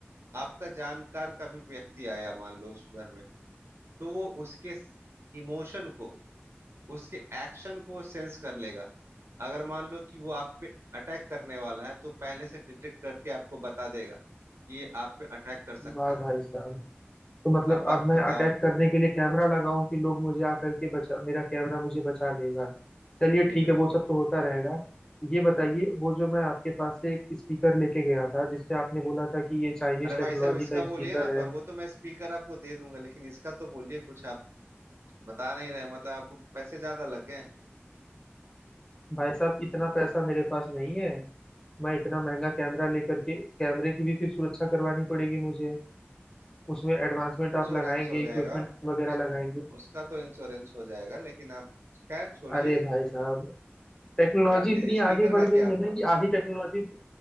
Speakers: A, on the right (about 75°); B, on the left (about 15°).
A: आपका जानकार का भी व्यक्ति आया मान लो उस घर में तो वो उसके इमोशन को उसके एक्शन को सेंस कर लेगा अगर मान लो कि वो आप पे अटैक करने वाला है तो पहले से डिटेक्ट करके आपको बता देगा कि ये आप पे अटैक कर सकता
B: वाह
A: है
B: भाई साहब तो मतलब
A: अब बत
B: अब मैं
A: बताओ
B: अटैक करने के लिए कैमरा लगाऊं कि लोग मुझे आकर के बचा मेरा कैमरा मुझे बचा लेगा चलिए
A: जी
B: ठीक
A: बिल्कुल
B: है वो सब तो होता रहेगा ये बताइए वो जो मैं आपके पास से एक स्पीकर लेके गया था जिसपे आपने बोला था कि ये चाइनीज
A: अरे
B: टेक्नोलॉजी
A: भाई साहब इसका
B: का
A: बोलिए
B: स्पीकर
A: ना पर
B: है
A: वो तो मैं स्पीकर आपको दे दूंगा लेकिन इसका तो बोलिए कुछ आप बता नहीं रहे मतलब आपको पैसे ज्यादा लग गए हैं।
B: भाई साहब इतना पैसा मेरे पास नहीं है मैं इतना महंगा कैमरा लेकर के कैमरे की भी फिर सुरक्षा करवानी पड़ेगी मुझे उसमें एडवांसमेंट
A: उसका तो
B: आप
A: इंश्योरेंस
B: लगाएंगे
A: हो जाएगा
B: इक्विपमेंट वगैरह
A: उस
B: लगाएंगे
A: उसका तो इंश्योरेंस हो जाएगा लेकिन आप खैर छोड़िए
B: अरे भाई साहब टेक्नोलॉजी
A: जान दीजिए
B: इतनी
A: स्पीकर
B: आगे बढ़
A: का
B: गई
A: क्या
B: है
A: हुआ
B: ना कि आधी टेक्नोलॉजी